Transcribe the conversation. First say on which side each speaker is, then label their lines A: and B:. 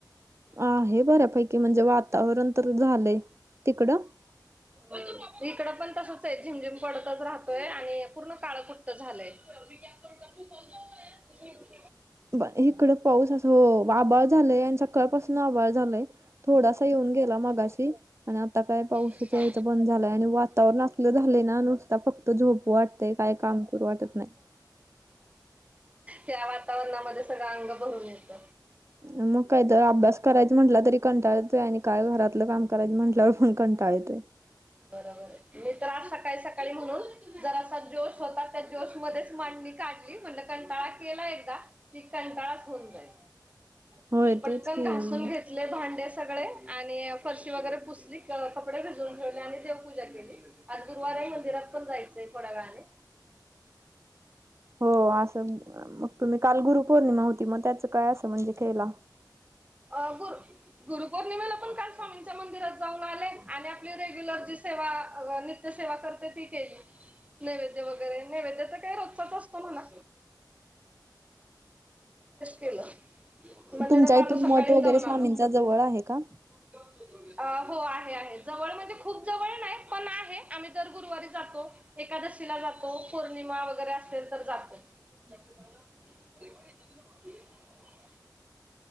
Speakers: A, on the right; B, on the right.
A: आहे बऱ्यापैकी म्हणजे वातावरण तर झालंय, तिकडं?
B: <inaudible> अ इकड पण तसच आहे झिमझिम पडतच राहतोय आणि पूर्ण काळ कुट्ट झालंय. <unintelligible>
A: ब इकड पाऊस असं आभाळ झालाय आणि सकाळपासन आभाळ झालाय. थोडासा येऊन गेला मागाशी. आणि आता काय पाऊसाच
B: हा.
A: याच बंद झालय आणि वातावरण आसल झालय ना नुसता फ त झोप वाटतंय काय काम करू वाटत नाही.
B: या वातावरणामध्ये सगळं अंग भरून येत.
A: मग कायतर अभ्यास करायच म्हनला तरी कंटाळ येतोय आणि काय घरातलं काम करायं म्हटल्यावर पण कंटाळ येतोय.
B: बरोबर आहे, मी तर आज सकाळी सकाळी म्हणून, जरासा जोश होता त्या जोशमध्येच मांडणी का ली म्हणल कंटाळा केला एकदा, की कंटाळाच होऊन जाईल.
A: होय
B: पटकन
A: तेच की
B: घासून
A: मग
B: घे ले भांडे सगळे आणि फरशी वगैरे पुसली कपडे भिजवून ठेव आणि देवपूजा केली, आज गुरुवार हाय मंदिरात पण जायचय थोड्यावेळाने.
A: हो असन, मग तुम्ही काल गुरुपौर्णिमा होती म त्याचं काय अस म्हणजे केला?
B: अ गुरु गुरुपौर्णिमेला पण काल स्वामींच्या मंदिरात जाऊन आले आणि आपली रेग्युलर जी सेवा इतर सेवा करते ती केली नैवेद्य वगैरे नैवेद्य तर काही रोजचाच असतो म्हणा. केलं <inaudible>
A: तुमच्या इथून मठ वगैरे स्वामींचा
B: आलो
A: जवळ आहे का?
B: <unintelligible> अ हो आहे आहे जवळ म्हणजे खूप जवळ नाही पण आहे आम्ही दर गुरुवारी जातो. एकादशीला जातो पौर्णिमा वगैरे असेल तर जातो.
A: <unintelligible>
B: <unintelligible> <unintelligible>